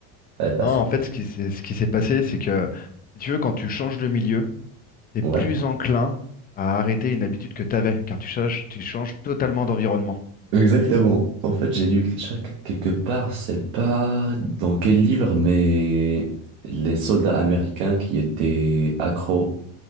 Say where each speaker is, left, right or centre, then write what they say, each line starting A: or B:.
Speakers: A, on the right; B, on the left.
A: Ouais, parce
B: Non, en fait, ce qui s'est ce qui s'est passé, c'est que si tu veux, quand tu changes de milieu, t'es
A: que...
B: plus
A: Ouais.
B: enclin à arrêter une habitude que t'avais, car tu changes tu changes totalement d'environnement.
A: Exactement. En fait, j'ai lu que chaque... quelque part, c'est pas dans quel livre, mais les soldats américains qui étaient accros,